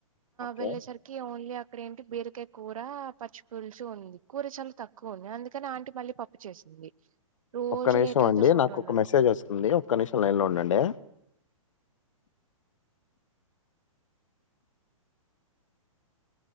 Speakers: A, on the left; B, on the right.
A: ఓకే
B: వెళ్ళేసరి కి ఓన్లీ అక్కడ ఏంటి బీరకాయ కూర పచ్చి పులుసు ఉంది కూర చాలా తక్కువ ఉంది అందుకని ఆంటీ మళ్ళీ పప్పు చేసింది రోజు
A: ఒక్క నిమిషం
B: లేట్ వెళ్తే
A: అండి
B: ఫుడ్
A: నాకు
B: ఉండదు
A: ఒక మెసేజ్ వస్తుంది ఒక్క నిమిషం లైన్ లో ఉండండి